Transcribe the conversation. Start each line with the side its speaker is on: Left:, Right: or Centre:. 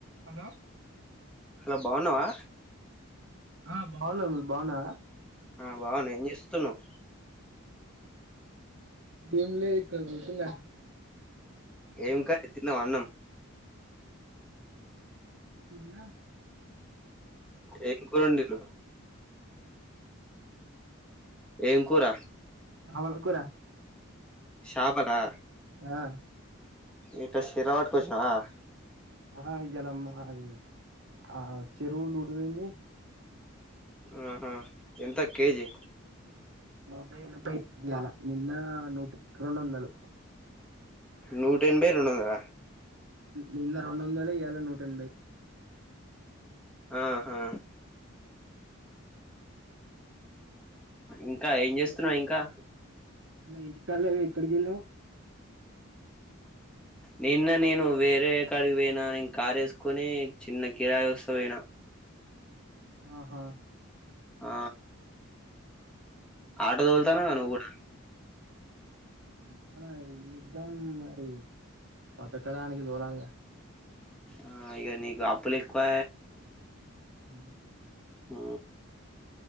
Right: Hello
Centre: hello బాగున్నావా
Right: ఆ బాగున్నా మీరు బాగున్నారా
Centre: ఆ బాగున్న ఏం జేస్తున్నావ్
Right: ఏంలే ఇక్కడ గూచ్చున్న
Centre: ఏం కర్రీ తిన్నావా అన్నం
Right: తిన్నా
Centre: ఏం కూర వండీలు ఏం కూర
Right: అవళకురా
Centre: శాపలా
Right: ఆ
Centre: ఇట్ శరా వాట్ కచ్చినవా
Right: ఆ ఇయలమ్మా అది ఆ చెరువు డువయింది
Centre: ఆహ ఎంత కేజీ
Right: నూట ఎనభై ఇయాల నిన్న నూట రెండొదలు
Centre: నూట ఎనభై రెండు వందల
Right: నిన్న రెండుందాలు ఇయాల నూట ఎనభై
Centre: ఆహా ఇంకా ఏం చేస్తున్నా ఇంకా
Right: నిన్న ఇంటికిలవు ఎక్కడికిళ్ళావు
Centre: నిన్న నేను వేరే కాడికి పోయినా నేను కార్ వేసుకొని చిన్న కిరాయి వస్త పోయినా
Right: ఆహా
Centre: ఆ ఆటో దోల్తానవ్
Right: మరి
Centre: గా నువ్వు కూడా
Right: ఇకానా నిద్దం మరి బతకడానికి దోలాగా
Centre: ఆ ఇక నీకు అప్పులు ఎక్కువ
Right: ఆ
Centre: ఆ